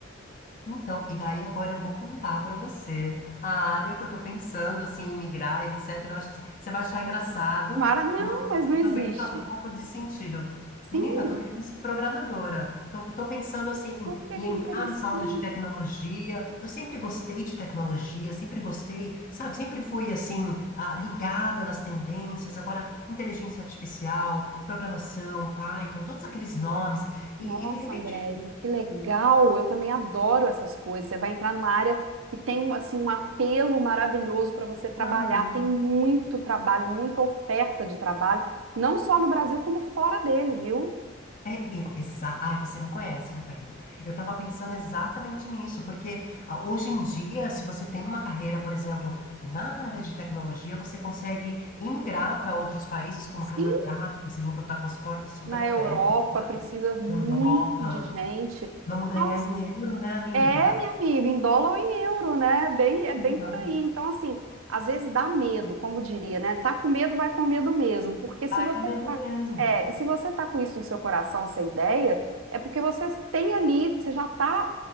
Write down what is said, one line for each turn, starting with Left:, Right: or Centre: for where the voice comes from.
Left: Então, e daí agora eu vou contar pra você a área que eu tô pensando, assim, em migrar, etc. Eu acho que você vai achar engraçado,
Right: Mara, não,
Left: mas
Right: mas não existe.
Left: talvez faça um pouco de sentido.
Right: Sim,
Left: Menina, eu tô querendo ser programadora. Tô, tô pensando, assim,
Right: olha
Left: em
Right: que
Left: entrar
Right: interessante.
Left: nessa onda de tecnologia. Eu sempre gostei de tecnologia, sempre gostei, sabe? Sempre fui, assim, ah, ligada nas tendências. Agora, inteligência artificial, programação, Python, todos aqueles nomes.
Right: Nossa,
Left: E, e de repente...
Right: Andréia, que legal! Eu também adoro essas coisas. Você vai entrar numa área que tem um, assim, um apelo maravilhoso para você trabalhar.
Left: Uhum.
Right: Tem muito trabalho, muita oferta de trabalho, não só no Brasil, como fora dele, viu?
Left: É, e- exa... Ai, você me conhece, né, Karina? Eu tava pensando exatamente nisso, porque ah, hoje em dia, se você tem uma carreira, por exemplo, na área de tecnologia, você consegue imigrar para outros países, como
Right: Sim,
Left: o Canadá, por exemplo, tá com as portas super
Right: Na
Left: abertas,
Right: Europa, precisa muito
Left: Europa.
Right: de gente.
Left: Vamos ganhar
Right: Nossa.
Left: em euro, né, amiga?
Right: É, minha amiga, em dólar ou em euro, né? É Bem, é
Left: Uhum.
Right: bem por aí. Então, assim, às vezes dá medo, como diria, né? Tá com medo, vai com medo mesmo. Porque se
Left: Vai
Right: você
Left: com medo
Right: tá,
Left: mesmo.
Right: é, se você tá com isso no seu coração, essa ideia, é porque você tem ali, você já tá